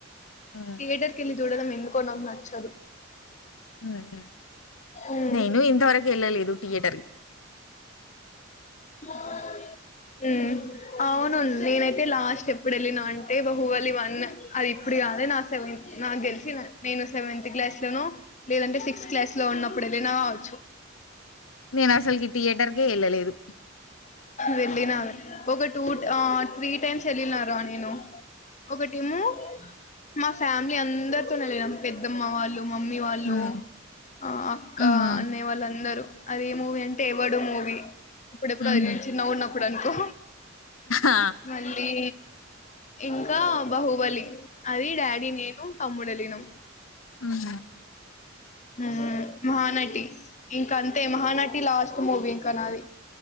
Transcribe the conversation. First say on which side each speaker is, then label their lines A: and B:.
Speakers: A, on the left; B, on the left.
A: ఉమ్,
B: థియేటర్ కెల్లీ చూడడం ఎందుకొ నాకు నచ్చదు
A: ఉమ్ ఉమ్
B: ఉమ్
A: నేను ఇంతవరకు ఎల్ ల్ల లేదు థియేటర్
B: మార్నింగ్ మ్ అవును నేనైతే లాస్ట్ ఎప్పుడు వెళ్ళినా అంటే బహువలి వన్ అది ఇప్పుడు కాద్ నా సెవెన్ నాకు థెలిసి నేను సెవెన్త్ క్లాస్ లోనో, లేదంటే సిక్స్త్ క్లాస్ లో ఉన్నప్పుడు ఏలినవచ్చు
A: నేను అసల్కి థియేటర్కే ఎళ్ళలేదు.
B: వెళ్ళినావే ఒక టూ ట ఆ త్రీ టైమ్స్ ఎళ్ళినారా నేను ఒకటేమో మా ఫ్యామిలీ అందరితోనే ఎళ్లినం పెద్దమ్మ వాళ్ళు మమ్మీ వాళ్ళు
A: ఉమ్
B: ఆ అక్క
A: ఉమ్
B: అన్నయ్య వాళ్ళందరూ అది ఎం మూవీ అంటే ఎవడు మూవీ అప్పుడెప్పుడు
A: ఉహు
B: ఎల్లిన చిన్నగున్నప్పుడు అనుకో
A: ఆ
B: మళ్ళి ఇంకా బాహుబలి అది డాడీ, నేను, తమ్ముడ్ ఎలినం
A: ఉహు
B: మ్ మహానటి ఇంక అంతే మహానటి లాస్ట్ మూవీ ఇంకా నాది.